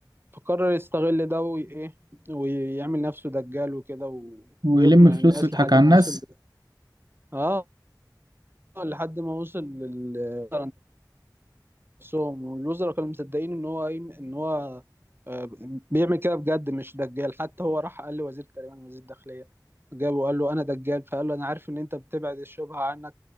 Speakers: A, on the right; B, on the right.
A: فقرر يستغل ده وي- ايه ويعمل نفسه دجال وكده و...
B: ويلم
A: ويقنع
B: فلوس
A: الناس
B: ويضحك
A: لحد
B: على
A: ما
B: الناس
A: وصل اه لحد ما وصل لل نفسهم والوزراء كانوا مصدقين ان هو ايه ان هو آه، بيعمل كده بجد مش دجال حتى هو راح قال لوزير تقريبا وزير الداخلية جابه وقال له انا دجال فقال له انا عارف ان انت بتبعد الشبهة عنك